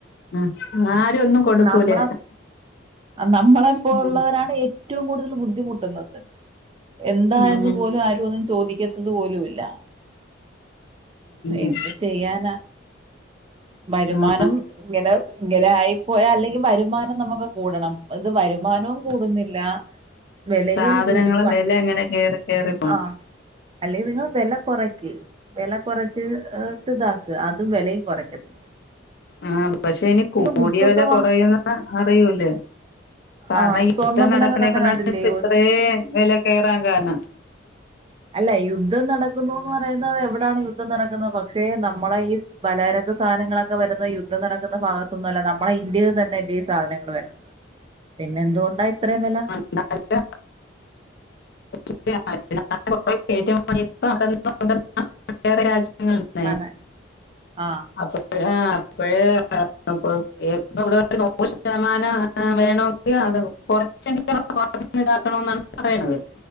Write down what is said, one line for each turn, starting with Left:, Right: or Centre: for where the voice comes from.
Left: ആഹ്, ആരു ഒന്നും കൊടുക്കൂല
Right: നമ്മളെ നമ്മളെപ്പോലുള്ളവരാണ്
Left: ഉം
Right: ഏ റ്റവും കൂടുതൽ ബുദ്ധിമുട്ടുന്നത്. എന്താന്ന്
Left: ഉം
Right: പോലും ആരും ഒന്നും ചോദിക്കത്തത് പോലും ഇല്ല. ല്ല
Left: ഉം
Right: എന്ത് ചെയ്യാന, വരുമാനം
Left: ആ
Right: ഇങ്ങനെ ഇങ്ങനെ ആയി പോയാ അല്ലെങ്കിൽ വരുമാനം നമുക്ക് കൂടണം ഇത് വരുമാനവും കൂടുന്നില്ല വിലയും
Left: സാധനങ്ങളെ
Right: കൂടി
Left: വില അങ്ങനെ കയറി, കയറി
Right: ആഹ് അല്ലെ പിന്നെ വില കൊറക്കി. വില കുറച്ച്ട്ട് ഇതാക്ക് അതും വിലയും കുറക്കത്തത്തില്ല.
Left: ആഹ്, പക്ഷെ ഇനി കൂടിയ
Right: ബുക്കൊക്കെ
Left: വില
Right: വാ
Left: കുറയോന്ന് അറിയൂല. കാരണം
Right: ആഹ്
Left: യുദ്ധം
Right: സ്വർണ്ണത്തിനൊക്കെ
Left: നടക്കണേ
Right: തന്നെ
Left: കൊണ്ടാണ്
Right: കണ്ടില്ലേ
Left: ഇപ്പോയിത്രീം വില കയറാൻ കാരണം.
Right: അല്ല യുദ്ധം നടക്കുന്നുന്ന് പറയുന്നത് എവിടാണ് യുദ്ധം നടക്കുന്നത് പക്ഷെ നമ്മളെ ഈ പലചരക്ക് സാധനങ്ങളൊക്കെ വരുന്നത് യുദ്ധം നടക്കുന്ന ഭാഗത്തൊന്നുല്ല നമ്മുടെ ഇന്ത്യയിൽ തന്നെ ഈ സാധനങ്ങള് വരുന്നത്. പിന്നെ എന്തുകൊണ്ടാ ഇത്രയും വില?
Left: <unintelligible> <unintelligible> <unintelligible>
Right: പറ ആ
Left: <unintelligible> <unintelligible>